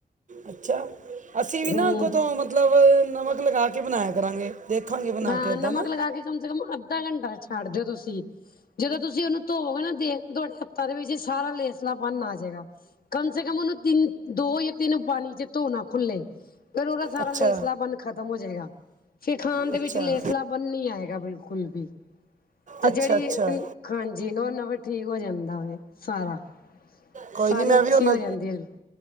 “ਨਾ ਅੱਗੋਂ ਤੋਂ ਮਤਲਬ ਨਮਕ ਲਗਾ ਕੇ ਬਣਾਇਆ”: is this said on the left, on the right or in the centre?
Right